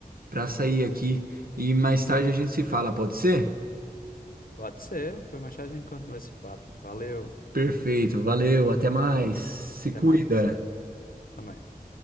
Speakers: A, on the right (about 70°); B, on the left (about 65°).
A: para sair aqui e mais tarde a gente se fala, pode ser?
B: Pode ser. Por mais tarde a gente continua esse papo. Valeu.
A: Perfeito, valeu, até mais. Se
B: Até
A: cuida.
B: mais. Amém.